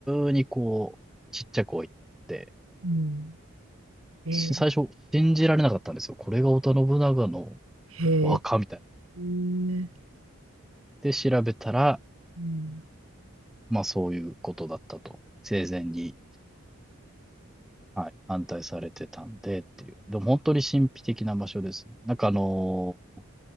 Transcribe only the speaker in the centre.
通にこう、ちっちゃく置いてあって、
し最初信じられなかったんですよ。これが織田信長の
お墓みたい。
で、調べたら、
まあそういうことだったと。生前に、はい、反対されてたんでっていう。でも本当に神秘的な場所ですね。なんかあのー